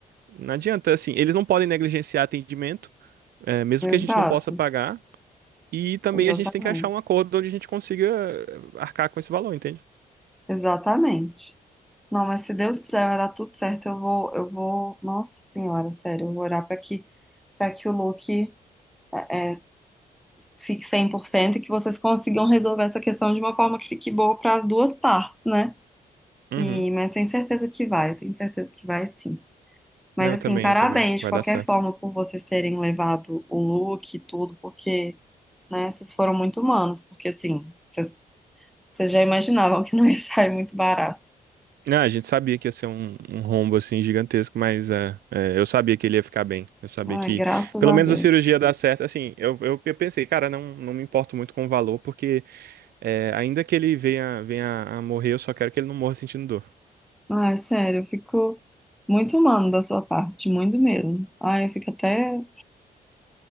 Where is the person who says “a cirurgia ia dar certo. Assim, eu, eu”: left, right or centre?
Right